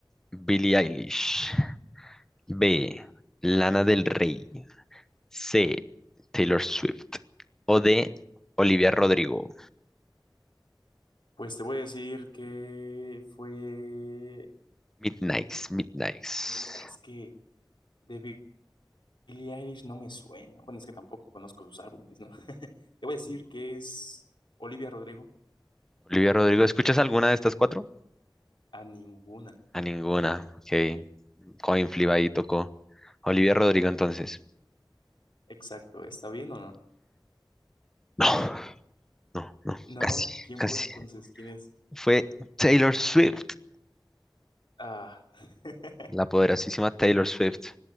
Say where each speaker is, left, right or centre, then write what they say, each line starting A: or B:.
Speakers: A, in the centre; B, on the left.
A: Billie Eilish. B, Lana del Rey. C, Taylor Swift. O D, Olivia Rodrigo.
B: Pues te voy a decir que fue...
A: Midnights, Midnights.
B: Mira, es que de Bi- Billie Eilish no me suena. Bueno, es que tampoco conozco sus álbumes, ¿no? <laughs> Te voy a decir que es Olivia Rodrigo.
A: Olivia Rodrigo, ¿escuchas alguna de estas cuatro?
B: A ninguna.
A: A ninguna. Ok. Coin flip ahí tocó. Olivia Rodrigo entonces.
B: Exacto. ¿Está bien o no?
A: <laughs> No, no, no.
B: No,
A: Casi,
B: ¿quién
A: casi.
B: fue entonces? ¿Quién es?
A: Fue Taylor Swift.
B: Ah. <laughs>
A: La poderosísima Taylor Swift.